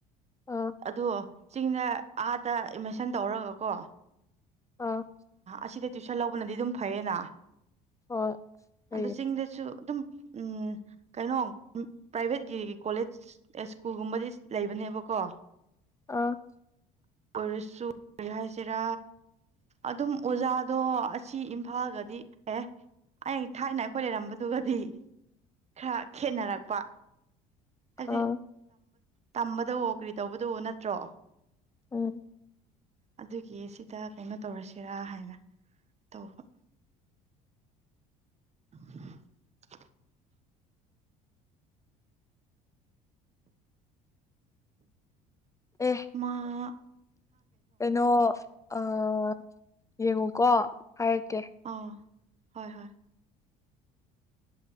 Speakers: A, on the left (about 15°); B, on the right (about 40°).
A: ꯑꯥ
B: ꯑꯗꯣ ꯆꯤꯡꯗ ꯑꯥꯗ ꯑꯦꯠꯃꯦꯁꯟ ꯇꯧꯔꯒ ꯀꯣ
A: ꯑꯥ
B: ꯑꯁꯤꯗ ꯇ꯭ꯋꯏꯁꯟ ꯂꯧꯕꯅꯗꯤ ꯑꯗꯨꯝ ꯐꯩꯌꯦꯅ
A: ꯍꯣꯏ ꯐꯩꯌꯦ
B: ꯑꯗꯨ ꯆꯤꯡꯗ ꯁꯨ ꯑꯗꯨꯝ ꯎꯝ ꯀꯩꯅꯣ ꯄ꯭ꯔꯥꯏꯚꯦꯠꯀꯤ ꯀꯣꯂꯦꯖ ꯏꯁ꯭ꯀꯨꯜꯒꯨꯝꯕꯗꯤ ꯂꯩꯕꯅꯦꯕꯀꯣ
A: ꯑ
B: ꯑꯣꯏꯔꯁꯨ ꯀꯔꯤ ꯍꯥꯏꯁꯤꯔꯥ ꯑꯗꯨꯝ ꯑꯣꯖꯥꯗꯣ ꯑꯁꯤ ꯏꯝꯐꯥꯜꯒꯗꯤ ꯑꯦ ꯑꯩ ꯊꯥꯏꯅ ꯑꯩꯈꯣꯏ ꯂꯩꯔꯝꯕ ꯑꯗꯨꯒꯗꯤ ꯈꯔ ꯈꯦꯠꯅꯔꯛꯄ ꯍꯥꯏꯗꯤ
A: ꯑꯥ
B: ꯇꯝꯕꯗꯋꫭ ꯀꯔꯤ ꯇꯧꯕꯗ ꯅꯠꯇ꯭ꯔꯣ
A: ꯎꯝ
B: ꯑꯗꯨꯒꯤ ꯁꯤꯗ ꯀꯩꯅꯣ ꯇꯧꯔꯁꯤꯔꯥ ꯍꯥꯏꯅ ꯇꯧꯕ <unintelligible>
A: ꯑꯦ
B: ꯃꯥ
A: ꯀꯩꯅꯣ ꯑꯥ ꯌꯦꯡꯉꯨꯀꯣ ꯍꯥꯏꯔꯛꯀꯦ
B: ꯑꯥ ꯍꯣꯏ ꯍꯣꯏ